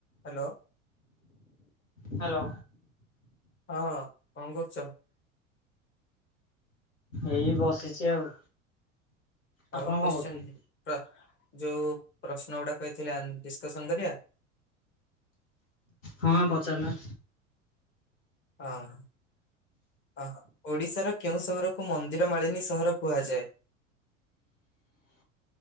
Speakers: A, on the left; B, on the left.
A: Hello.
B: Hello.
A: ହଁ କଣ କରୁଛ?
B: ଏଇ ବସିଛି ଆଉ। ଆପଣ
A: ଆଉ
B: କଣ
A: କୋଶ୍ଚିନର
B: କରୁଛନ୍ତି?
A: ଯୋଉ ପ୍ରଶ୍ନ ଗୁଡା କହିଥିଲି ଆନ୍ ଡିସ୍କସନ କରିବା?
B: ହଁ ପଚାରୁନ।
A: ହଁ। ଅ ଓଡିଶାର କେଉଁ ସହରକୁ ମନ୍ଦିର ମାଳିନୀ ସହର କୁହାଯାଏ?